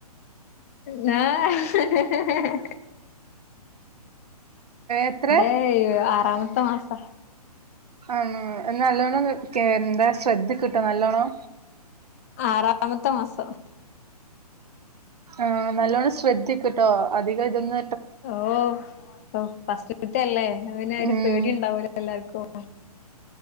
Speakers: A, on the left; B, on the right.
A: ആഹ്
B: എത്ര
A: ഇന്റെ ആറാമത്തെ മാസാ
B: ഉം എന്നാ നല്ലോണ്ണം കെ എന്താ ശ്രദ്ധിക്കിട്ടോ നല്ലോണം
A: ആറാമത്തെ മാസം
B: ആഹ് നല്ലോണം ശ്രദ്ധിക്ക്ട്ടോ അധികം ഇതൊന്നു
A: ഓഹ് ഓ ഫസ്റ്റ്ത്തെ അല്ലേ അപ്പ പിന്നെ
B: ഉം
A: ഒരു പേടി ഉണ്ടാവൂലോ എല്ലാർക്കും